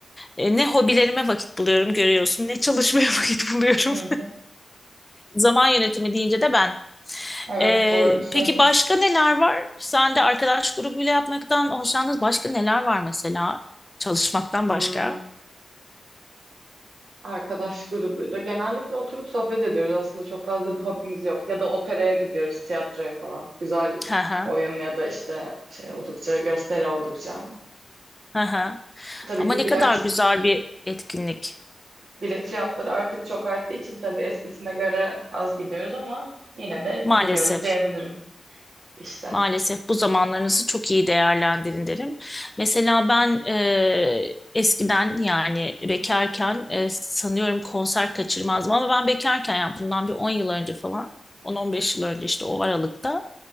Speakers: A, on the left; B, on the right.
A: E, ne hobilerime vakit buluyorum görüyorsun, ne çalışmaya <laughs> vakit buluyorum.
B: Hı hı.
A: Zaman yönetimi deyince de ben.
B: Evet
A: Ee,
B: zor bir şey.
A: peki başka neler var? Sen de arkadaş grubuyla yapmaktan hoşlandınız. Başka neler var mesela? Çalışmaktan
B: Hmm,
A: başka.
B: Arkadaş grubuyla. Genellikle oturup sohbet ediyoruz. Aslında çok fazla bir hobimiz yok. Ya da operaya gidiyoruz, tiyatroya falan. Güzel
A: Hı hı,
B: oyun ya da işte şey oldukça, gösteri oldukça.
A: hı hı.
B: Tabii
A: Ama
B: ki
A: ne
B: bilet,
A: kadar güzel bir etkinlik.
B: bilet fiyatları artık çok arttığı için tabii eskisine göre az gidiyoruz ama yine de
A: Maalesef.
B: gidiyoruz diyebilirim işte.
A: Maalesef bu zamanlarınızı çok iyi değerlendirin derim. Mesela ben e, eskiden yani bekarken e, sanıyorum konser kaçırmazdım ama ben bekarken yani bundan bir 10 yıl önce falan on on beş yıl önce işte o aralıkta